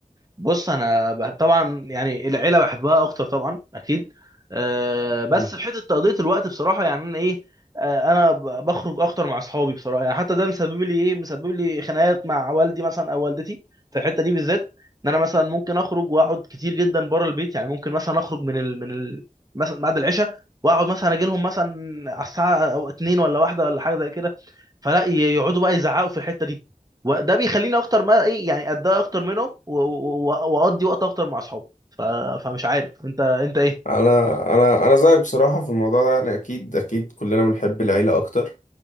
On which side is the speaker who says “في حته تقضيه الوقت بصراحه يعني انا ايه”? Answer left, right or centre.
Right